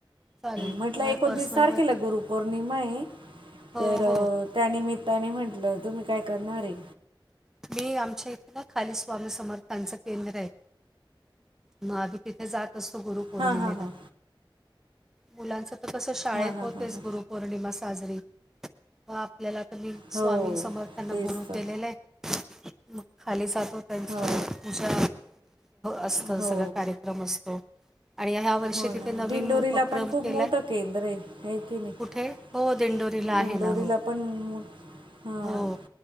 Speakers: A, in the centre; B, on the right.
A: चालेल
B: म्हटलं
A: मी तुम्हाला
B: एकोणतीस
A: पर्सनलवर
B: तारखेला गुरु पौर्णिमाये
A: हो,
B: तर
A: हो.
B: त्यानिमित्ताने म्हटलं तुम्ही काय करणार ये
A: मी आमच्या इथे ना खाली स्वामी समर्थांचं केंद्र आहे मग आम्ही तिथे जात असतो गुरु पौर्णिमेला
B: हां हां हां
A: मुलांच त कस शाळेत
B: हां हां
A: होतेच
B: हां हां
A: गरु पौर्णिमा साजरी व आपल्याला तर आता मी
B: हो
A: स्वामी समर्थांना
B: तेच
A: गुरु
B: तर
A: केलेल आहे मग खाली जातो त्यांच
B: हो
A: पूजा असत
B: हो
A: सगळ कार्यक्रम असतो आणि ह्या या वर्षी
B: हो
A: तिथे
B: ना
A: नवीन
B: दिंडोरीला
A: उपक्रम
B: पण खूप
A: केलाय
B: मोठं केंद्र आहे है की नाही
A: कुठे? हो दिंडोरीला आहे
B: दिंडोरीला
A: ना हो
B: पण मग हं
A: हो